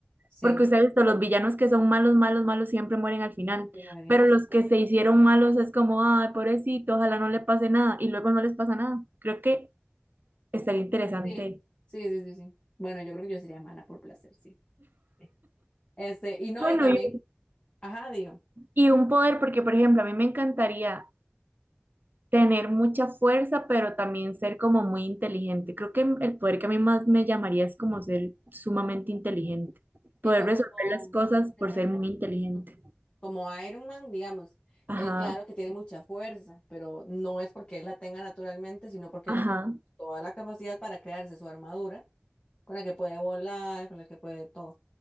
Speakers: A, on the left; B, on the right.
A: Sí.
B: Porque ustedes, los villanos que son malos, malos, malos siempre mueren al final,
A: Que mueren.
B: pero los que se hicieron malos es como, ay, pobrecito, ojalá no le pase nada, y luego no les pasa nada. Creo que estaría interesante.
A: Sí, sí, sí, sí, sí. Bueno, yo creo que yo sería mala por placer, sí. Sí. Este, y no,
B: Bueno,
A: y también,
B: y,
A: ajá, digo,
B: y un poder, porque por ejemplo, a mí me encantaría tener mucha fuerza, pero también ser como muy inteligente. Creo que el poder que a mí más me llamaría es como ser sumamente inteligente,
A: tipo
B: poder resolver
A: como,
B: las cosas
A: por ejemplo,
B: por ser muy inteligente.
A: ujú, como Iron Man, digamos,
B: Ajá,
A: él claro que tiene mucha fuerza, pero no es porque él la tenga naturalmente, sino porque
B: ajá,
A: él toda la capacidad para crearse su armadura, con la que puede volar, con la que puede todo.